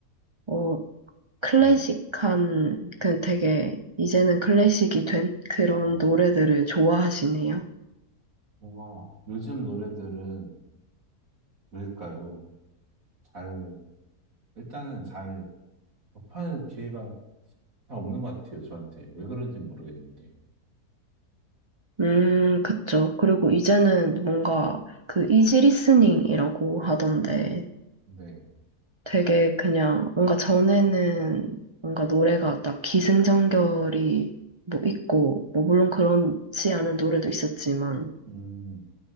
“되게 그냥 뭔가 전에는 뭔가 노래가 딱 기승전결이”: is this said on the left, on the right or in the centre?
Right